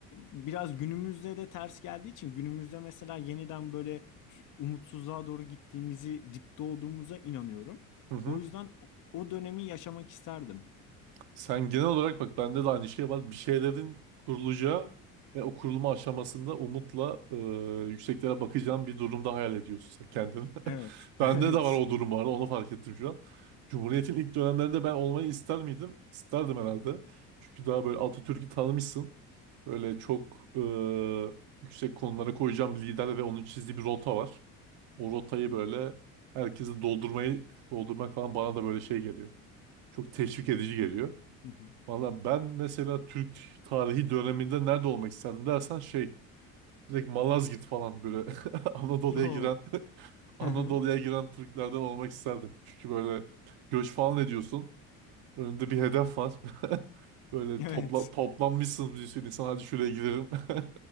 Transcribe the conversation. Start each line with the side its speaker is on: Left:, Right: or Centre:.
Left: biraz günümüzde de ters geldiği için günümüzde mesela yeniden böyle ç- umutsuzluğa doğru gittiğimizi, dipte olduğumuza inanıyorum.
Right: Hı hı.
Left: O yüzden o o dönemi yaşamak isterdim.
Right: Sen genel olarak bak bende de aynı şey var. Bir şeylerin kurulacağı ve o kurulma aşamasında umutla e, yükseklere bakacağın bir durumda hayal ediyorsun sen kendini.
Left: Evet,
Right: <laughs> Bende
Left: <laughs> evet.
Right: de var o durum var. Onu fark ettim şu an. Cumhuriyet'in ilk dönemlerinde ben olmayı ister miydim? İsterdim herhalde. Çünkü daha böyle Atatürk'ü tanımışsın. Böyle çok e, yüksek konulara koyacağım lider ve onun çizdiği bir rota var. O rotayı böyle herkesi doldurmayı doldurmak falan bana da böyle şey geliyor. Çok teşvik edici geliyor.
Left: Hı hı.
Right: Valla ben mesela Türk tarihi döneminde nerede olmak isterdim dersen şey direkt Malazgirt falan böyle <laughs> Anadolu'ya
Left: O.
Right: giren <laughs> Anadolu'ya
Left: Hı hı.
Right: giren Türklerden olmak isterdim. Çünkü böyle göç falan ediyorsun. Önünde bir hedef var. <laughs> Böyle
Left: Evet.
Right: topla, toplanmışsınız bir sürü insan hadi şuraya gidelim. <laughs>